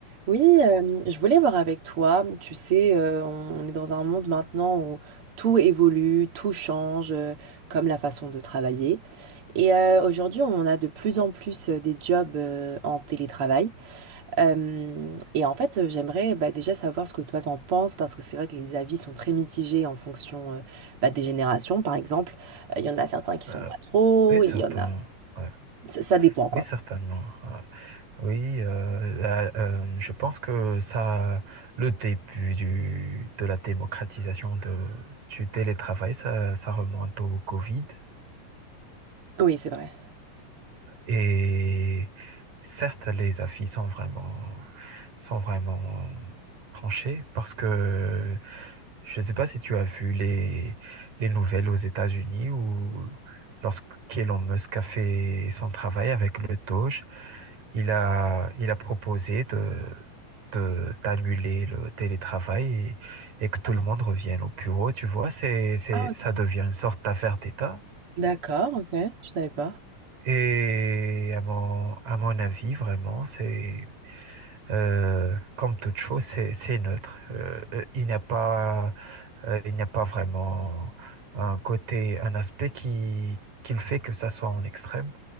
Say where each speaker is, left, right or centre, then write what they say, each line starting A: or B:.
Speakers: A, on the right; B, on the right.
A: Oui, euh, je voulais voir avec toi. Tu sais, euh, on est dans un monde maintenant où tout évolue, tout change, euh, comme la façon de travailler. Et euh, aujourd'hui, on a de plus en plus euh, des jobs euh, en télétravail. Euh, et en fait, euh, j'aimerais bah, déjà savoir ce que toi t'en penses, parce que c'est vrai que les avis sont très mitigés en fonction euh, bah, des générations, par exemple. Euh, Il y en a certains qui sont
B: Euh,
A: pas trop,
B: oui, certainement.
A: il y en a...
B: Ouais.
A: Ça, ça dépend, quoi.
B: Oui, certainement. ouais. Oui, euh, la- euh, je pense que ça, le début du, de la démocratisation de, du télétravail, ça, ça remonte au Covid.
A: Oui, c'est vrai.
B: Et certes, les avis sont vraiment, sont vraiment tranchés parce que je ne sais pas si tu as vu les, les nouvelles aux États-Unis où lorsque Elon Musk a fait son travail avec le Doge, il a, il a proposé de, de- d'annuler le télétravail et, et que tout
A: Ah,
B: le monde revienne au bureau. Tu vois, c'est, c'est,
A: ah, ok.
B: ça devient une sorte d'affaire d'État.
A: D'accord, ok. Je savais pas.
B: Et à mon, à mon avis, vraiment, c'est euh, comme toute chose, c'est, c'est neutre. Euh, euh, il n'y a pas, euh, il n'y a pas vraiment un côté, un aspect qui, qui le fait que ça soit en extrême.